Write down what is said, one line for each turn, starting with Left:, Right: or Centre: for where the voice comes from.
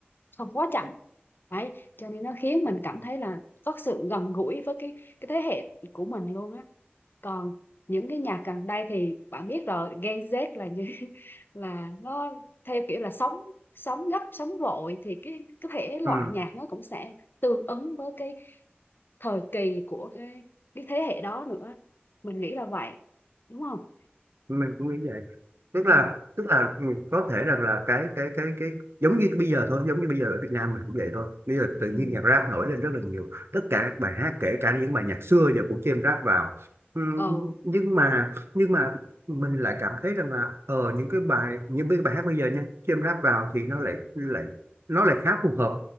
Left: không quá chậm đấy cho nên nó khiến mình cảm thấy là có sự gần gũi với cái cái thế hệ của mình luôn á còn những cái nhạc gần đây thì bạn biết rồi Gen Z là như <laughs> là nó theo kiểu là sống sống gấp sống vội thì cái cái thể loại
Right: ừ
Left: nhạc nó cũng sẽ tương ứng với cái thời kỳ của cái cái thế hệ đó nữa mình nghĩ là vậy đúng không
Right: mình cũng nghĩ vậy tức
Left: ừ
Right: là tức là ừ, có thể rằng là cái cái cái cái giống như bây giờ thôi giống như bây giờ ở Việt Nam mình cũng vậy thôi bây giờ tự
Left: ừ
Right: nhiên nhạc rap nổi lên rất là nhiều tất cả các bài hát kể cả những bài nhạc xưa giờ cũng chêm rap vào ừ,
Left: ừ,
Right: nhưng mà nhưng mà mình lại cảm thấy rằng là ờ những cái bài những cái bài hát bây giờ nha chêm rap vào thì nó lại lại nó lại khá phù hợp